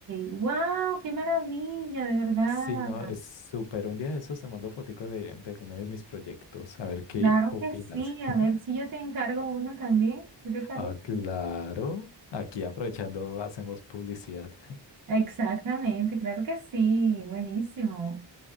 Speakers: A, on the right; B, on the left.
A: Wow, qué maravilla, de verdad.
B: Sí, no, es súper. Un día de esos se mandó fotico de, de alguno de mis proyectos, a ver qué
A: Claro
B: opinas.
A: que sí. A
B: <laughs>
A: ver si yo te encargo una también. ¿Qué te parece?
B: Ah, claro. Aquí aprovechando, hacemos publicidad. <laughs>
A: Exactamente, claro que sí. Buenísimo.